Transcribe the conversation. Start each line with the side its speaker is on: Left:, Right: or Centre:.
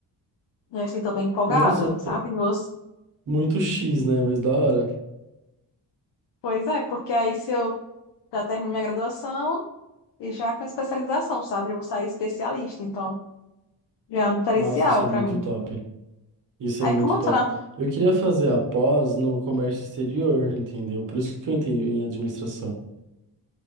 Left: E assim, estou bem empolgada,
Right: Nossa,
Left: sabe? Meus...
Right: muito X, né? Mas da hora.
Left: Pois é, porque aí se eu já termino minha graduação e já com especialização, sabe? Eu vou sair especialista, então já é um diferencial
Right: Nossa, isso é
Left: para
Right: muito
Left: mim.
Right: top. Isso
Left: Aí,
Right: é muito
Left: como eu
Right: top.
Left: tô na...
Right: Eu queria fazer a pós no comércio exterior, entendeu? Por isso que eu entrei em administração.